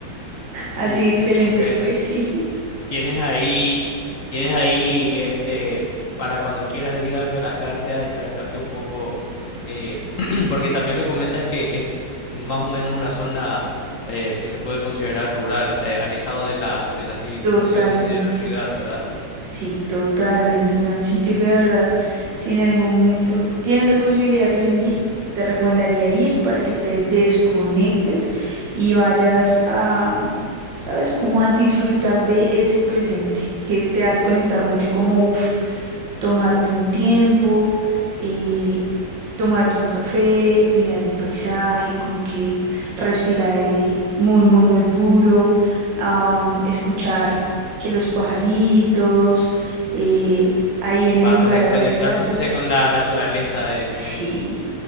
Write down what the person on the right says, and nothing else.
Así de excelente
fue, sí,
<laughs> totalmente.
Sí, totalmente. O sea, un sitio que de verdad, si en algún momento tienes la posibilidad de venir, te recomendaría ir para que te desconectes y vayas a, ¿sabes? Como a disfrutar de ese presente que te hace conectar mucho, como, uff, tomarte un tiempo. eh, tomarte un café, mirar el paisaje, como que respirar aire muy, muy, muy puro, am, escuchar que los pajaritos, eh, ahí en
el lugar
habían
gatos.
Sí,